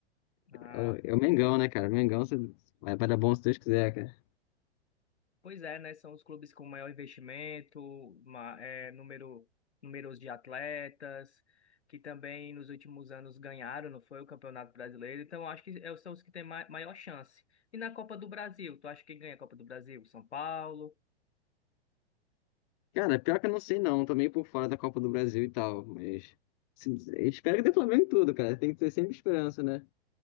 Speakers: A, on the left; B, on the left.
A: Ah,
B: É o, é o Mengão, né, cara? O Mengão se- vai, vai dar bom se Deus quiser, cara.
A: Pois é, né? São os clubes com maior investimento, ma- é, número, números de atletas, que também nos últimos anos ganharam, não foi, o Campeonato Brasileiro. Então, acho que é- são os que têm ma- maior chance. E na Copa do Brasil, tu acha que ganha a Copa do Brasil? São Paulo?
B: Cara, pior que eu não sei não, tô meio por fora da Copa do Brasil e tal, mas se- espero que dê Flamengo em tudo, cara. Tem que ter sempre esperança, né?